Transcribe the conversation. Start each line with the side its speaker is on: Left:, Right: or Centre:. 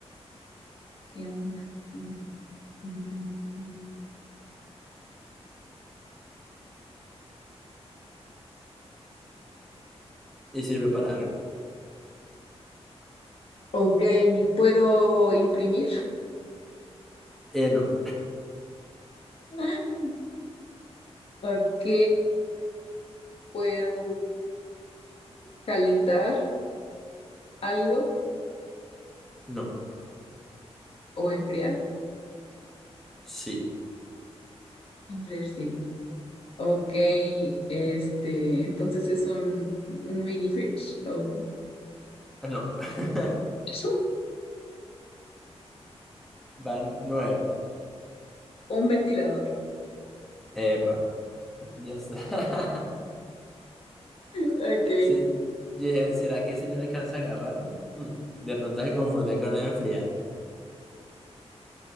Left: que una... com- Mm,
Centre: Y sirve para algo.
Left: Ok, ¿puedo imprimir?
Centre: Eh, no.
Left: <laughs> Ok, ¿puedo calentar algo
Centre: No.
Left: o enfriar?
Centre: Sí.
Left: Enfriar, sí. Ok, este, entonces es un, un mini fridge o
Centre: ah, No. <laughs>
Left: <laughs>
Centre: Van nueve.
Left: un ventilador.
Centre: Epa. Ya está. <laughs>
Left: Ok,
Centre: Sí. Dije, ¿será que si le alcanza a agarrar? Mm, De pronto se confunde con la de enfriar.